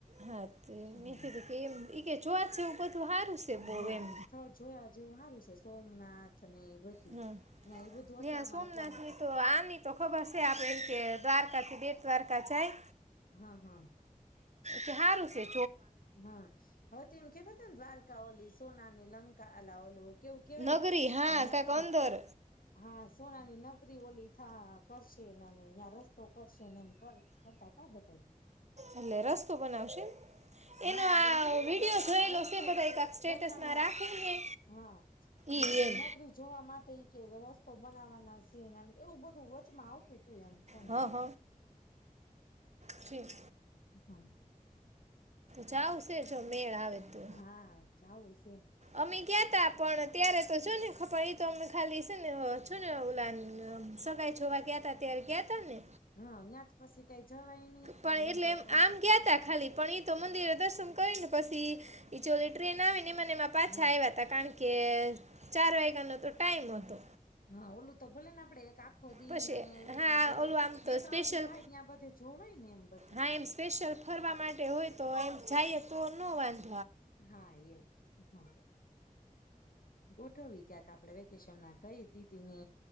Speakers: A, on the right; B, on the left.
A: હા, તોમ મેં
B: હા
A: કીધું કે એમ કે જોવા છે એવું બધું હારું છે બહુ
B: હા
A: એમ.
B: સ્થળ જોયા જેવું સારું છે સોમનાથ. ને એ બધું
A: હમ્મ
B: ન્યા એ બધું
A: ને
B: એટલામાં
A: આ સોમનાથ
B: એટલામાંથી
A: ની તો આની તો ખબર છે આપડે એમ કે દ્વારકાથી બે દ્વારકા જાય.
B: હા, હા.
A: કે હારું સે.
B: હા, હવે તે એમ કેતા થે ને દ્વાર ક ઓલી સોનાની લંકા અલા ઓલું કેવું કેવાય
A: નગરી હા કાંક
B: નગરી
A: અંદર
B: સો હા સોનાની નગરી ઓલી હા હા કરશે એનાને ત્યાં રસ્તો કરશેને એમ કર-કરતા તા બધાએ
A: એટલે રસ્તો બનાવશે?
B: હા,
A: એનો આ
B: એટલે એમ કેતા
A: વિડીયો
B: દરિયામાં
A: જોયેલો
B: રસ્તો
A: છે બધા કાંક સ્ટેટસમાં
B: દરિયાનો
A: રાખીને
B: હા એટલે
A: ઈ એમ
B: એ નગરી જોવા માટે ઈ કે રસ્તો બનાવવાના છે એના એવું બધું વચમાં આવતું તું એમ ફોનમાં
A: હ હ
B: એ.
A: ઠીક.
B: હા.
A: ચાવશે જો મેળ આવે તો
B: હા. જાઉસ
A: અમે ગયા તા, પણ ત્યારે તો જો ને <unintelligible> તો અમે ખાલી સે ને અહ શું ને ઓલાન સગાઈ જોવા ગયા તા ત્યારે ગયા તા ને.
B: હા ન્યાં જ પછી કઈ જવાય નહી
A: પણ એટલે
B: થાય
A: એમ
B: કો
A: આમ ગયા તા ખાલી પણ ઈ તો મંદિરે દર્શન કરી ને પછી, ઈચોલી ટ્રેન આવીને એમાન એમા પાછા
B: હા
A: આવ્યા તા કારણ કે ચાર વાયગાનો તો ટાઈમ હતો.
B: હા. ઓલું તો ભલે ને આપડે એક આ ખો દી
A: પછી
B: અને એવી રીતના
A: હા
B: બધે,
A: ઓલું આમ
B: બે
A: તો
B: ત્રણ
A: સ્પેશિયલ
B: દી થાય ને ન્યાં બધે જોવાય ને એમ બધે
A: હા
B: એમ.
A: સ્પેશિયલ ફરવા માટે હોય તો એમ જાઈએ તો નો વાંધ
B: હા એમ, હમ્મ. ગોઠવી ક્યાક આપડે વેકેશન ના ખાઈ દીદી ને.